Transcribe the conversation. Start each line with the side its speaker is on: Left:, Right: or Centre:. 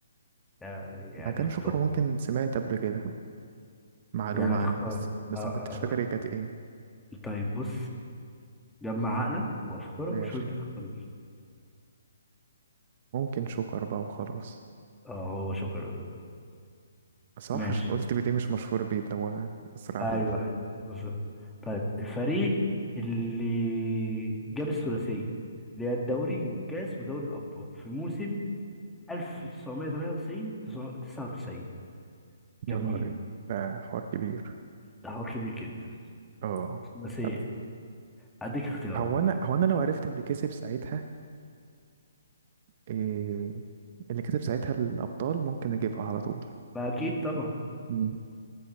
Centre: يعني يعني
Right: هكان
Centre: اختار
Right: شوكر ممكن سمعت قبل كده معلومة
Centre: يعني هتختار
Right: عنه بس بس
Centre: آه، آه،
Right: ما كنتش
Centre: هتختار
Right: فاكر هي كانت إيه
Centre: طيب بص جمع عقلك وأفكارك
Right: ماشي
Centre: وشوف أنت تختار مين
Right: ممكن شوكر بقى وخلاص
Centre: آه هو شكرا
Right: صح
Centre: ماشي
Right: عشان قلت بيديه مش مشهور بيه اللي هو أسرع
Centre: أيوه
Right: هدف
Centre: أيوه بالظبط طيب الفريق اللي جاب الثلاثية اللي هي الدوري والكاس ودوري الأبطال في موسم 1998 99 كان
Right: يا نهار
Centre: مين؟
Right: إيه. ده حوار كبير
Centre: ده حوار كبير جدا
Right: اه
Centre: بس ايه
Right: طب
Centre: هديك اختيارات
Right: هو انا هو انا لو عرفت اللي كسب ساعتها إيه اللي كسب ساعتها الابطال ممكن اجيبها على طول
Centre: ما اكيد طبعا
Right: مم.